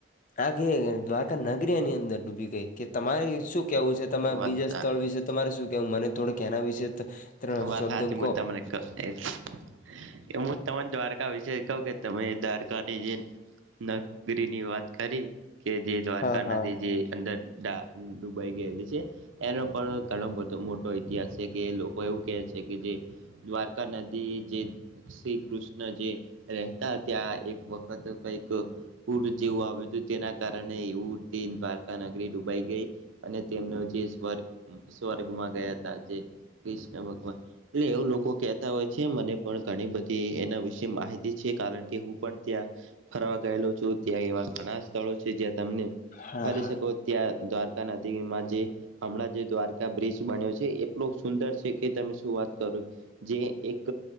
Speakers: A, on the left; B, on the right.
A: આ કે દ્વારકા નગરી એની અંદર ડૂબી ગઈ, કે તમારે શું કેવું છે તમાર
B: વાત
A: બીજા?
B: સા
A: સ્થળ વિશે તો મારે શું કેવું? મને થોડીક એના વિશે ત ત્રણ
B: વાત
A: શબ્દ
B: હાચી હું
A: કહો
B: તમને <unintelligible> એ હું તમને દ્વારકા વિશે કહું કે તમે દ્વારકા ની જે નગરીની વાત કરી, કે જે દ્વારકા
A: હા
B: નદી
A: હા
B: જે અંદર ડા ડુબાઈ ગયેલી સે. એનો પણ ઘણો બધો મોટો ઇતિહાસ છે, કે એ લોક કો એવું કે છે કે જે દ્વારકા નદી જે શ્રી કૃષ્ણ જે રહેતા ત્યાં એક વખત કંઈ ક પૂર જેવું આવ્યું તું, તેના કારણે એ ઉ તે દ્વારકા નગરી ડુબાઈ ગઈ. અને તેમનો જે સ્વર્ગ-સ્વર્ગમાં ગયા તા જે કૃષ્ણ ભગવાન એટલે એવું લોકો કેતા હોય છે, મને પણ ઘણી બધી એના વિશે માહિત તી કારણ કે હું પણ ત્યાં ફરવા ગયેલો છું, ત્યાં એવા ઘણા સ્થળો છે, જ્યાં તમને
A: હા
B: ફરી
A: હા
B: શકો ત્યાં દ્વારકા નદીમાં જે હમણાં જે દ્વારકા બ્રિજ બન્યો છે, એ એટલો સુંદર છે કે તમે શું વાત કરો જે એક